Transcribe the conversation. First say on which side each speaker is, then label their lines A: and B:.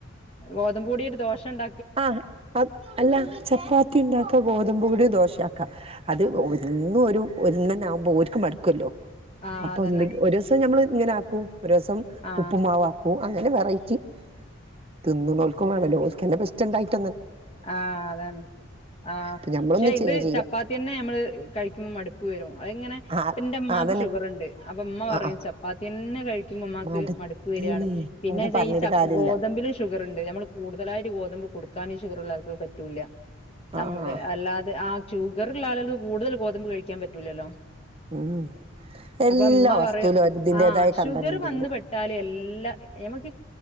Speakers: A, on the left (about 30°); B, on the right (about 25°).
A: ഗോതബ് പൊടിറ്റ് ദോശണ്ട
B: ആഹ് അത് അല്ല ചപ്പാത്തിണ്ടാക്ക്‌ ഗോതമ്പ് പൊടി ദോശയാക്കാം അത് ഒന്നും ഒരു ഒന്നിനാവുമ്പോ ഒരു ക്ക് ‌മടുക്കൊല്ലോ
A: ആ
B: അപ്പൊ
A: അതന്നെ
B: എന്തെകിലും ഒരു ദിവസം ഞമ്മള് ഇങ്ങനാക്കും ഒരു ദിവസം
A: ആ
B: ഉപ്പ്മാവാക്കും ഒ അങ്ങനെ വെറൈറ്റി തിന്നുന്നോൽക്ക്‌ വേണോല്ലോ ഓല്ക്കന്നെ ഇപ്പോ ഇഷ്ടണ്ടായിട്ട
A: ആഹ് അതാണ് ആഹ്
B: അപ്പൊ ഞമ്മളൊന്ന്
A: ക്ഷെ
B: ചേഞ്ച്
A: ഇത്
B: ചെയ്യാ
A: ചപ്പാത്തിന്നെ നമ്മള് കഴിക്കുബെ മട്പ്പ്‌ പ്പവരും അയിങ്ങനെ
B: ആഹ്
A: എന്റമ്മാക്ക്
B: ആഹ് അതന്നെ
A: ഷുഗറുണ്ട് അപ്പൊ ഉമ്മ
B: ആഹ്
A: പറയും
B: ആഹ്
A: ചപ്പാത്തിയന്നെ കഴി കു, ഇമ്മക്ക്
B: മടുത്ത്ണ്
A: മടുപ്പ് വരിയാണ് പിന്നെച്ച
B: അവരെ പറഞ്ഞിട്ട്
A: ഈ ചപ്പ്
B: കാര്യല്ല
A: ഗോതമ്പിലിഷ് ഷുഗറുണ്ട് നമ്മള് കൂടുതലായിട്ട് ഗോതമ്പ് കൊടുക്കാന് ഷുഗറുള്ളാൾക്ക് പറ്റൂല്ല
B: ആഹ്
A: ആവേ
B: ആഹ്
A: അല്ലാതെ ആഹ് ചൂഗറുള്ള ആളുകൾക്ക് കൂടുതൽ ഗോതമ്പ് കഴിക്കാപ്പറ്റൂലല്ലോ
B: ഉം എല്ലാ
A: അപ്പൊ ഇമ്മ
B: വസ്തുവിലും
A: പറയും
B: അതിന്റേതായ
A: ആഹ് ഷുഗറ്
B: കണ്ടന്റ്
A: വന്ന്
B: ഉണ്ട്
A: പെട്ട് ഇട്ടാല് എല്ലാം നമ്മക്ക്